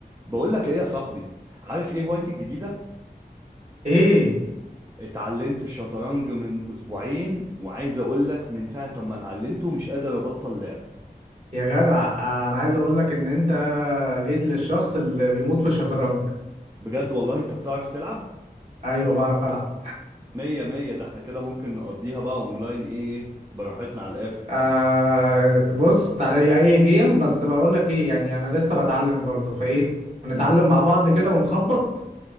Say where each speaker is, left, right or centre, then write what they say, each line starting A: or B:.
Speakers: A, on the right; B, on the right.
A: بقول لك ايه يا صاحبي عارف ايه هوايتي الجديده
B: ايه
A: اتعلمت الشطرنج من اسبوعين وعايز اقول لك من ساعه ما اتعلمته مش قادر ابطل لعب
B: يا جدع انا عايز اقول لك ان انت جيت للشخص اللي بيموت في الشطرنج
A: بجد والله انت بتعرف تلعب
B: ايوه بعرف العب
A: مية مية ده احنا كده ممكن نقضيها بقى اونلاين ايه براحتنا على الاخر
B: آه بص تعالى لي اي جيم بس بقول لك ايه يعني انا لسه بتعلم برضه فايه هنتعلم
A: مم.
B: مع بعض كده ونخبط